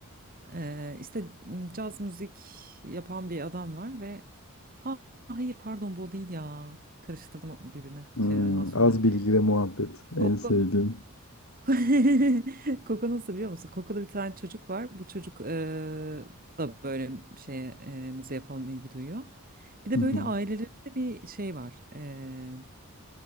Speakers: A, on the right; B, on the left.
A: Ee, işte caz müzik yapan bir adam var ve ha hayır pardon bu o değil ya. Karıştırdım birbirine
B: Hmm,
A: şey animasyonları.
B: az bilgi ve muhabbet en
A: Koku.
B: sevdiğim.
A: <laughs> Koku nasıl biliyor musun? Koku'da bir tane çocuk var. Bu çocuk e, da böyle şeye e, müziğe falan ilgi duyuyor. Bir de
B: <laughs>
A: böyle ailelerinde bir şey var. E,